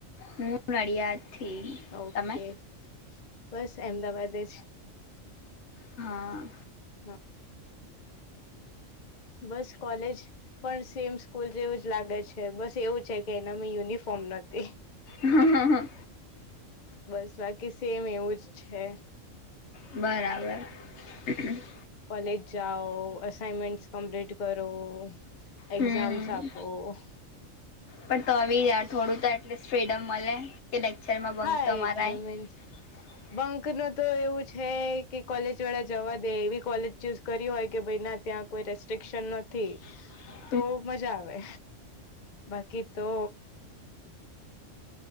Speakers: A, on the left; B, on the left.
A: હું નડિયાદથી
B: <unintelligible> ઓકે
A: તમે
B: બસ અમદાવાદ જ
A: હા.
B: હા બસ કોલેજ, પણ સેમ સ્કૂલ જેવું જ લાગે છે બસ એવું છે કે એનામાં યુનિફોર્મ નહોતી.
A: હા હા હા.
B: બસ બાકી સેમ એવું જ છે.
A: બરાબર. <unintelligible>
B: કોલેજ જાઓ અઇનમેન્ટ કમ્પ્લીટ કરો
A: હમ
B: એક્ઝામ તો <unintelligible>
A: પણ તો યાર થોડું તો એટલીસ ફ્રીડમ મલે કે લેક્ચરમાં બઁક
B: હા
A: તો
B: એટલે
A: મરાય.
B: મીન્સ
A: <inaudible>
B: બંક ન તો એવું છે કે કોલેજ વાળા જવા દે એવી કોલેજ ચૂઝ કરી હોય કે ભઈ ના ત્યાં કોઈ રેસ્ટ્રિકશન નથી.
A: એવું છે <unintelligible>
B: તો મજા આવે બાકી તો